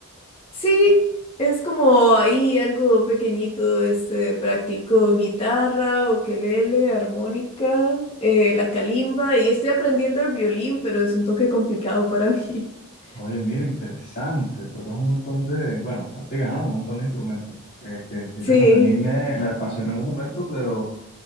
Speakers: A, on the left; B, on the left.
A: Sí, es como ahí algo pequeñito, este, practico guitarra, ukelele, armónica, eh, la calimba y estoy aprendiendo el violín, pero es un toque complicado para mí. <laughs>
B: Oye, mira, interesante, tocas un montón de, bueno, practicas, ¿no? Un montón de instrumentos. Que, que- que
A: Sí,
B: interesante, a mí me, me apasionó en un momento, pero